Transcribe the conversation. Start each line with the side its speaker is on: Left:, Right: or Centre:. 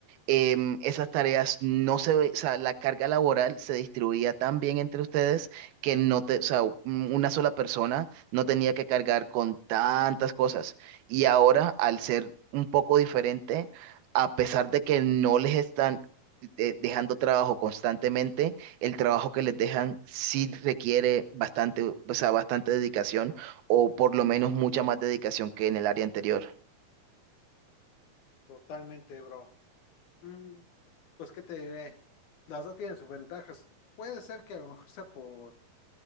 Right: em, esas tareas no se, ve- o sea, la carga laboral se distribuía tan bien entre ustedes que no te, o sea, u- mm, una sola persona no tenía que cargar con tantas cosas. Y ahora, al ser un poco diferente, a pesar de que no les están eh, dejando trabajo constantemente, el trabajo que les dejan sí requiere bastante, o sea, bastante dedicación o por lo menos mucha más dedicación que en el área anterior.
Left: Totalmente, bro. Mm, pues, ¿qué te diré? Las dos tienen sus ventajas. Puede ser que a lo mejor sea por,